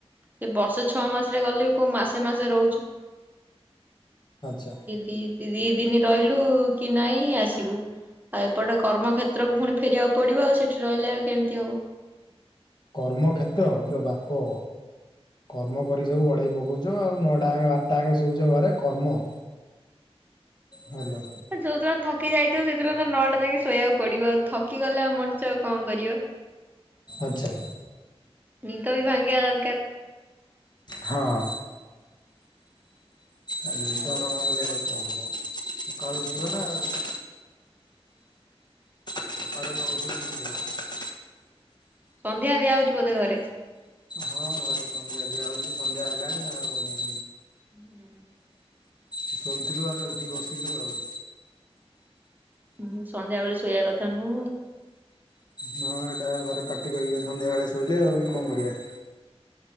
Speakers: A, on the right (about 15°); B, on the left (about 45°).
A: ସେ ବର୍ଷେ ଛଅ ମାସରେ ଗଲେ ବି କୋଉ ମାସେ ମାସେ ରହୁଚୁ
B: ଆଚ୍ଛା।
A: ଦି ଦି ଦିନ ରହିଲୁ କି ନାଇଁ ଆସିବୁ ଆଉ ଏପଟେ କର୍ମକ୍ଷେତ୍ରକୁ ପୁଣି ଫେରିବାକୁ ପଡ଼ିବ ଆଉ ସେଠି ରହିଲେ ଆଉ କେମିତି ହବ
B: କର୍ମକ୍ଷେତ୍ର ଇଅ ବାପ କର୍ମ କରି ସବୁ ଗଢେଇ ପକଉଚ ଆଉ ନଅଟା ଯାଙ୍କେ ବାରଟା ଯାଙ୍କେ ଶୋଉଚ ଘରେ କର୍ମ ହାଲୋ।
A: ଯୋଉଦିନ ଥକି ଯାଇଥିବ ସେଦିନ ତ ନଅଟା ଯାଙ୍କେ ଶୋଇବାକୁ ପଡିବ ଆଉ ଥକି ଗଲେ ଆଉ ମଣିଷ ଆଉ କଅଁଣ କରିବ। <unintelligible>
B: ଆଚ୍ଛା।
A: ନିଦ ବି ଭାଙ୍ଗିିବା ଦରକାର
B: ହଁ। ଏ ନିଦ
A: ଆଉ
B: ନ ଭାଙ୍ଗିଲେ ଆଉ କଣ ହବ ସକାଳୁ ଉଠିବ ନା ଆଉ ସକାଳୁ ନ ଉଠିଲେ କେମିତି ହବ।
A: ସନ୍ଧ୍ୟା ଦିଆ ହଉଛି ବୋଧେ ଘରେ
B: ହଁ ହଁ ସନ୍ଧ୍ୟା ଦିଆ ହଉଛି ସନ୍ଧ୍ୟା ହେଲାଣି ଆଉ
A: ହୁଁ।
B: ଶୋଇଥିଲୁ ଆମେ ଉଠି ବସିଲୁ ଆଉ।
A: ହୁଁ ସନ୍ଧ୍ୟା ବେଳେ ଶୋଇ କଥା ନୁହ
B: ହଁ ଏଇଟା ଘରେ ପାଟି କରିବେ ସନ୍ଧ୍ୟା ବେଳେ ଶୋଇଲେ ଆଉ କଅଁଣ କରିବା।